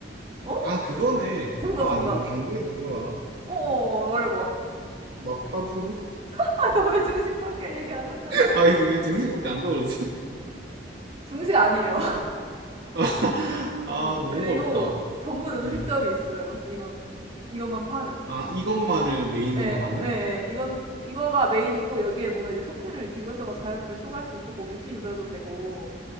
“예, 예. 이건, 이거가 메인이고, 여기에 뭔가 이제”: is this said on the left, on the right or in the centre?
Right